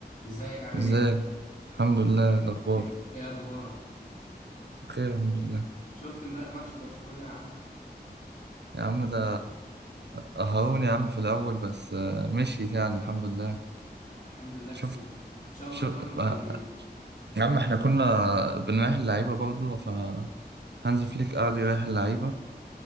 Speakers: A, on the left; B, on the right.
A: ازيك عامل
B: ازيك
A: ايه؟
B: الحمد لله إيه الاخبار
A: ايه ايه اخبارك؟
B: بخير الحمد لله
A: شفت امبارح ماتش برشلونة يا عم؟
B: يا عم ده قهرون يا عم في الاول بس آه، مشيت يعني الحمد لله
A: الحمد لله كسبنا
B: شفت
A: ان شاء الله
B: شو
A: الدوري مش
B: آه،
A: هيضيع
B: يا عم احنا كنا بنريح اللعيبه برضه فهانز فليك قعد يريح اللعيبه